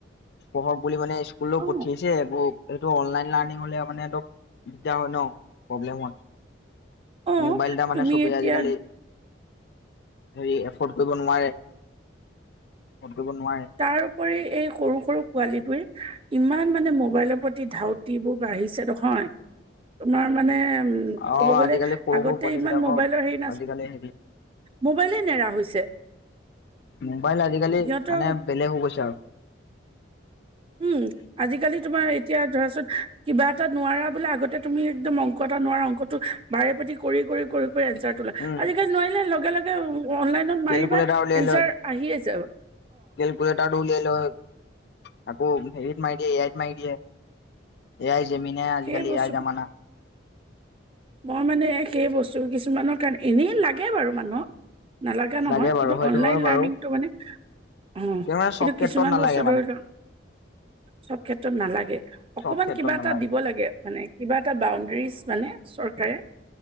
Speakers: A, on the left; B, on the right.
A: পঢ়ক বুলি মানে স্কুলও
B: অ
A: পঠিয়াছ যে এইবোৰ এইটো অনলাইন লাৰ্ণিং হ'লে মানে দিগদাৰ হয় ন, প্ৰব্লেম হয়।
B: অ',
A: মোবাইল এটা
B: তুমি
A: মানে চবেই
B: এতিয়া
A: আজিকালি হেৰি এফৰ্ড কৰিব নোৱাৰে। <unintelligible> কৰিব নোৱাৰে।
B: তাৰ উপৰি এই সৰু-সৰু পোৱালীবোৰ ইমান মানে মোবাইলৰ প্ৰতি ধাউত ধাউতিবোৰ বাঢ়িছে নহয় তোমাৰ মানে উম!
A: অ
B: ক'ব গ'লে
A: আজিকালি সৰু
B: আগতে
A: সৰু পোৱালী
B: ইমান
A: বিলাকক
B: মোবাইলৰ হেৰি নাছিল।
A: আজিকালি হেৰি
B: মোবাইলেই নেৰা হৈছে।
A: মোবাইল আজিকালি
B: সিহঁতৰ
A: মানে বেলেগ হৈ গৈছে আৰু।
B: উম! আজিকালি তোমাৰ এতিয়া ধৰা চোন কিবা এটা নোৱাৰা বোলে আগতে তুমি একদম অংক এটা নোৱাৰা অংকটো বাৰে প্ৰতি কৰি-কৰি-কৰি এনচাৰ ওলোৱা।
A: উম
B: আজিকালি নোৱাৰিলে লগে-লগে অনলাইনত মাৰিবা
A: কেলকুলেটাৰ উলিয়াই
B: এনচাৰ
A: লয়
B: আহিয়েই যায়।
A: কেলকুলেটাৰটো উলিয়াই লৈ আকৌ হেৰি মাৰিত দিয়ে এ আই মাৰি দিয়ে। এআই জেমিনে আজিকালি
B: সেই বস্তুটো
A: এআই জামানা।
B: মই মানে সেই বস্তু কিছুমানৰ কাৰণে এনেই লাগে বাৰু মানুহক। নালাগা নহয়
A: লাগে বাৰু
B: কিন্তু
A: সেইটো
B: অনলাইন
A: হয় বাৰু
B: লাৰ্ণিংটো মানে উম!
A: মানে
B: কিন্তু
A: চব ক্ষেত্ৰত
B: কিছুমান
A: নালাগে
B: বস্তু ধৰি
A: মানে
B: লোৱা চব ক্ষেত্ৰত নালাগে। অকমান
A: চব ক্ষেত্ৰত
B: কিবা
A: নালাগে
B: এটা দিব লাগে মানে কিবা এটা বাউণ্ড ফিজ মানে চৰকাৰে।